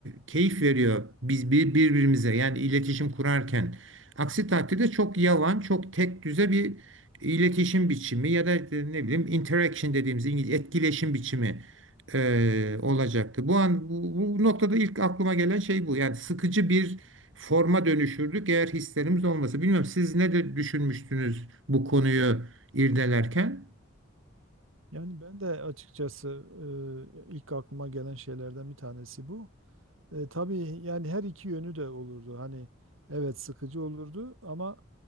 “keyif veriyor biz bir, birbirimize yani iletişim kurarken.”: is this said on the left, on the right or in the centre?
Right